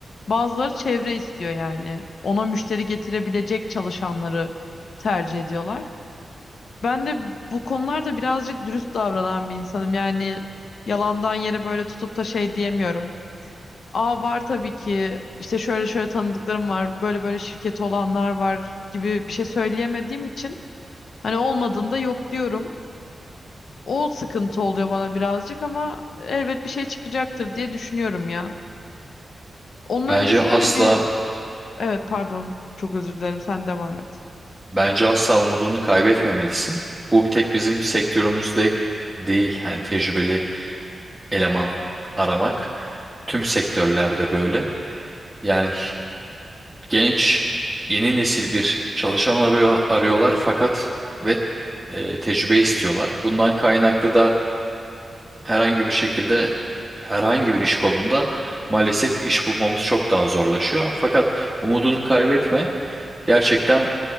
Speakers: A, on the left; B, in the centre.
A: Bazıları çevre istiyor yani. Ona müşteri getirebilecek çalışanları tercih ediyorlar. Ben de bu konularda birazcık dürüst davranan bir insanım. Yani yalandan yere böyle tutup da şey diyemiyorum. Aa var tabii ki işte şöyle şöyle tanıdıklarım var, böyle böyle şirketi olanlar var gibi bir şey söyleyemediğim için hani olmadığında yok diyorum. O sıkıntı oluyor bana birazcık ama elbet bir şey çıkacaktır diye düşünüyorum ya. Onun
B: Bence
A: öncesinde
B: asla,
A: de bir Evet pardon çok özür dilerim sen devam et.
B: bence asla umudunu kaybetmemelisin. Bu bir tek bizim sektörümüzde değil. Hani tecrübeli eleman aramak tüm sektörlerde böyle. Yani genç yeni nesil bir çalışan arıyor arıyorlar fakat ve e, tecrübe istiyorlar. Bundan kaynaklı da herhangi bir şekilde herhangi bir iş kolunda maalesef iş bulmamız çok daha zorlaşıyor. Fakat umudunu kaybetme. Gerçekten